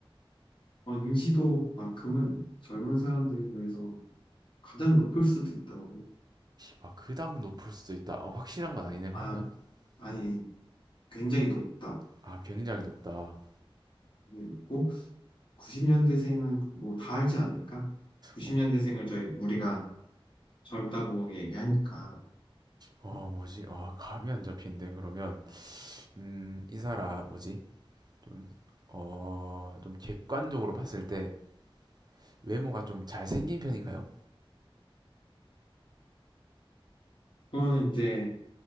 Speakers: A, on the left; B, on the right.
A: 어, 인지도만큼은 젊은 사람들 중에서 가장 높을 수도 있다고 생각-
B: 아 그닥 높을 수도 있다. 어, 확실한 건 아니네
A: 아,
B: 그러면?
A: 아니,
B: 응?
A: 굉장히 높다.
B: 아 굉장히 높다.
A: 굉장히 높고 90년대생은 뭐 다 알지 않을까? 90년대생을
B: 어,
A: 저희 우리가 젊다고 얘기하니까
B: 어, 뭐지? 아 감이 안 잡히는데 그러면 음 이 사람 뭐지? 좀 어 좀 객관적으로 봤을 때 외모가 좀 잘생긴 편인가요?
A: 그거는 이제